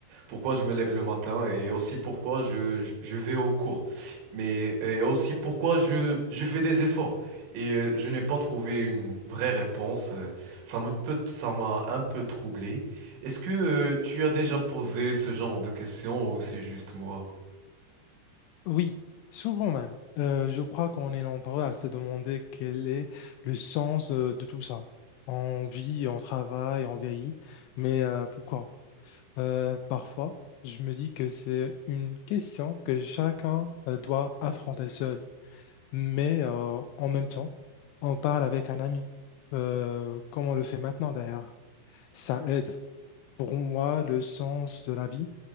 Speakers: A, on the right; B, on the left.
A: pourquoi je me lève le matin et aussi pourquoi je, je je vais au cours. Mais et aussi pourquoi je, je fais des efforts. Et euh, je n'ai pas trouvé une vraie réponse. euh, Ça me peut, ça m'a un peu troublé. Est-ce que euh, tu as déjà posé ce genre de questions ou c'est juste moi?
B: Oui, souvent même. Euh, je crois qu'on est nombreux à se demander quel est le sens euh, de, tout ça. On vit, on travaille, on vieillit, mais euh, pourquoi? Euh, parfois, je me dis que c'est une question que chacun euh, doit affronter seul, mais euh, en même temps, on parle avec un ami, euh, comme on le fait maintenant d'ailleurs. Ça aide. Pour moi, le sens de la vie.